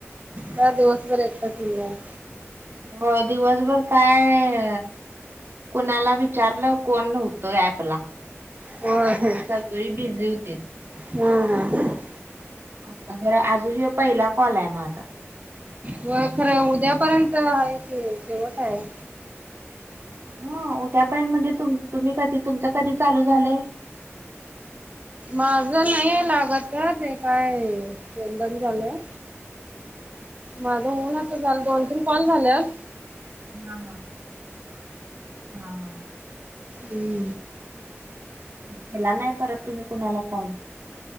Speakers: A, on the right (about 30°); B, on the right (about 55°).
A: काय दिवसभर एकट <unintelligible>
B: होय, दिवसभर काय कोणाला विचारलं कोण होतं ऍपला?
A: होय होय.
B: सगळी बिझी होतेत.
A: हम्म, हम्म.
B: आता जरा अजून हे पहिला कॉल आहे माझा.
A: होय खरं उद्यापर्यंत आहे कि शेवट आहे.
B: हा उद्या पर्यंत म्हणजे तुम्ही कधी तुमच कधी चालू झालंय.
A: माझं नाहीय लागत ते काय बंद झालंय. माझं होऊन आता झालं दोन, तीन कॉल झालेत.
B: हा हा हा हा.
A: हम्म.
B: केला नाही परत तुम्ही कुणाला कॉल?